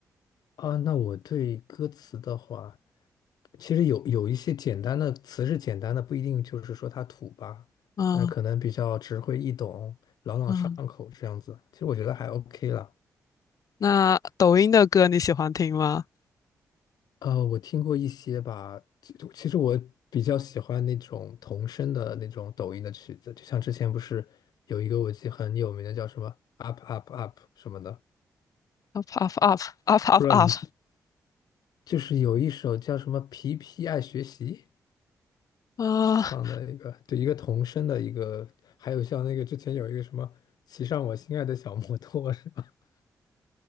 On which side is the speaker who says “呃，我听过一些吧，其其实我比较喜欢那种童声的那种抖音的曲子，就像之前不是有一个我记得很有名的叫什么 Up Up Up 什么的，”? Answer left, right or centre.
Left